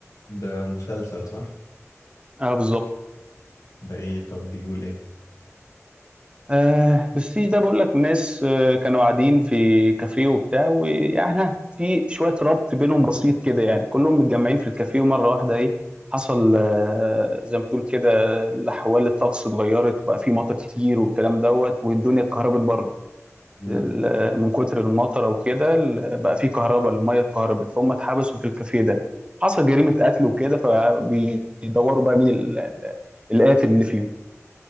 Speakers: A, on the left (about 90°); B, on the right (about 20°).
A: ده مسلسل صح
B: اه بالظبط
A: ده ايه طب بيقول ايه
B: آه بس ده بقول لك ناس آه كانوا قاعدين في كافيه وبتاع ويعني ها، في شويه ربط بينهم بسيط كده يعني كلهم متجمعين في الكافيه ومره واحده ايه حصل آه زي ما تقول كده الاحوال الطقس اتغيرت وبقى في مطر كتير والكلام دوت والدنيا اتكهربت بره
A: مم.
B: ال- من كتر المطر وكده ال- بقى في كهرباء الميه اتكهربت فهم اتحبسوا في الكافيه ده حصل جريمه قتل وكده فبيدوروا بقى مين ال- ال- القاتل اللي فيهم